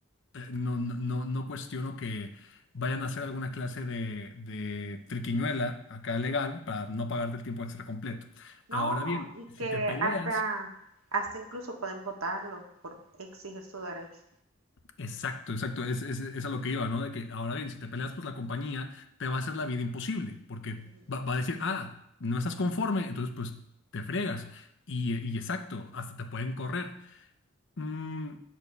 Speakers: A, on the left; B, on the right.
A: eh, no, no, no no cuestiono que vayan a hacer alguna clase de, de triquiñuela acá legal para no pagarte el tiempo extra completo.
B: No,
A: Ahora bien,
B: y
A: si
B: que
A: te peleas
B: hasta, hasta incluso pueden votarlo por exigir su derecho.
A: Exacto, exacto. Es, es, es a lo que iba, ¿no? De que ahora bien, si te peleas, pues la compañía te va a hacer la vida imposible, porque
B: Ujú,
A: va, va a decir, ah, no estás conforme, entonces pues te fregas. Y, y exacto, hasta te pueden correr. Mm,